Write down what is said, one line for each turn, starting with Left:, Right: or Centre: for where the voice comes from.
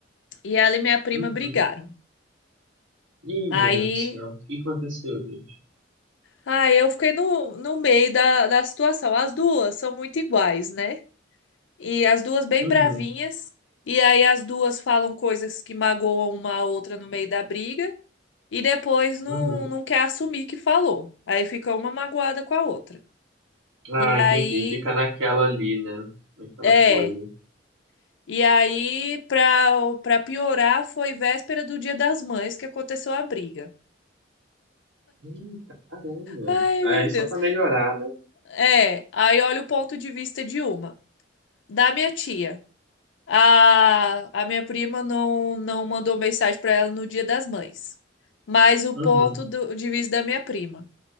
Left: E ela e minha prima
Right: Uhum.
Left: brigaram.
Right: Ih,
Left: Aí,
Right: meu Deus do céu, o que aconteceu, gente?
Left: aí eu fiquei no, no meio da, da situação. As duas são muito iguais, né? E as duas bem
Right: Uhum,
Left: bravinhas. E aí as duas falam coisas que magoam uma a outra no meio da briga. e depois não,
Right: uhum.
Left: não quer assumir que falou. Aí fica uma magoada com a outra.
Right: Ah,
Left: E aí,
Right: entendi. Fica naquela ali, né? Naquela
Left: é.
Right: coisa.
Left: E aí, pra, pra piorar, foi véspera do Dia das Mães que aconteceu a briga.
Right: Eita, caramba.
Left: Ai,
Right: Ah,
Left: meu
Right: é só
Left: Deus.
Right: pra melhorar, né?
Left: É, aí olha o ponto de vista de uma. Da minha tia. A, a minha prima não, não mandou mensagem pra ela no Dia das Mães. Mas o
Right: Uhum.
Left: ponto do, de vista da minha prima.